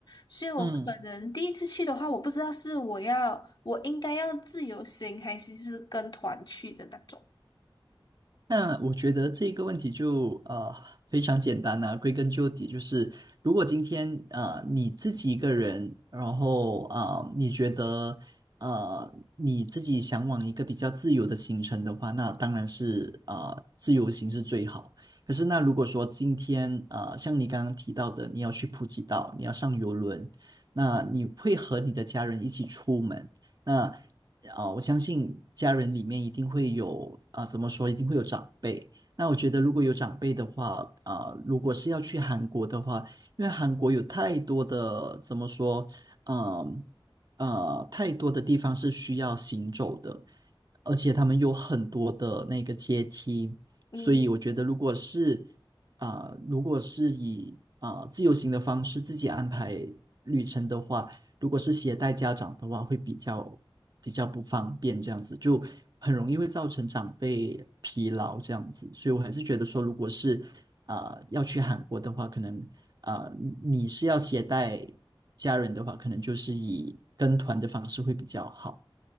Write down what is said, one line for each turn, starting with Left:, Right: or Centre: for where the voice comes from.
Left: 所以我可能第一次去的话，
Right: 嗯，
Left: 我不知道是我要我应该要自由行，还是就是跟团去的那种。
Right: 那我觉得这个问题就呃非常简单了、归根究底就是，如果今天呃你自己一个人，然后啊你觉得呃你自己想往一个比较自由的行程的话，那当然是啊自由行是最好。可是那如果说今天啊像你刚刚提到的，你要去普吉岛，你要上游轮，那你会和你的家人一起出门。那啊、呃我相信家人里面一定会有啊、呃怎么说，一定会有长辈。那我觉得如果有长辈的话，啊、呃如果是要去韩国的话，因为韩国有太多的怎么说，嗯呃呃太多的地方是需要行走的，而且他们有很多的那个阶梯，
Left: 嗯，
Right: 所以我觉得如果是啊、呃如果是以啊、呃自由行的方式自己安排旅程的话，如果是携带家长的话，会比较比较不方便，这样子就很容易会造成长辈疲劳这样子。所以我还是觉得说，如果是呃要去韩国的话，可能呃你是要携带家人的话，可能就是以跟团的方式会比较好。